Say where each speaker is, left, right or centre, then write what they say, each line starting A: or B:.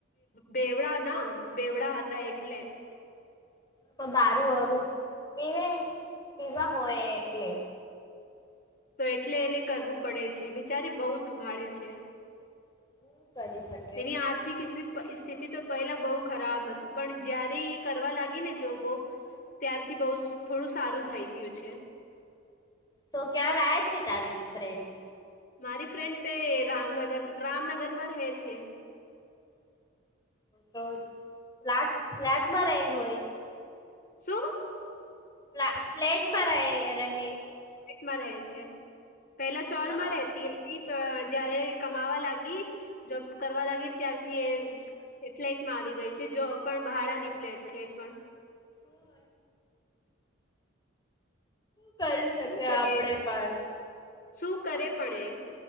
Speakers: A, on the left; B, on the left.
A: બેવડા ના બેવડા હતા એટલે.
B: તો દારૂ વરું પીવે પીવા હોય એટલે.
A: તો એટલે એને કરવું પડે છે બિચારી બહુ સંભાળે છે.
B: હું કરી શકી
A: તેની આર્થિક સ્થિત પરી સ્થિતિ તો પહેલા બહુ ખરાબ હતું પણ જયારે એ કરવા લાગી ને જોબ બોબ ત્યારથી બઉ થોડું સારું થઈ ગયું છે.
B: તો ક્યાંર આવે છે તારી ફ્રેન્ડ
A: મારી ફ્રેન્ડ તે રામનગર રામનગર માં રહે છે.
B: તો ફ્લેટ ફ્લેટમાં રહે હોય
A: શું?
B: ફ્લા ફ્લેટમાં રહે રહે
A: ટમાં રહે છે પેલા ચોલમાં
B: હા
A: રહેતી તો જયારે કમાવા લાગી જોબ કરવા લાગી ત્યારથી એ એ ફ્લેટમાં આવી ગઈ છે જો પણ ભાડાની ફ્લેટ છે એ પણ
B: બઉ અ જ કરી શકે
A: શું કરે
B: આપડે પણ
A: શું કરે પણ એ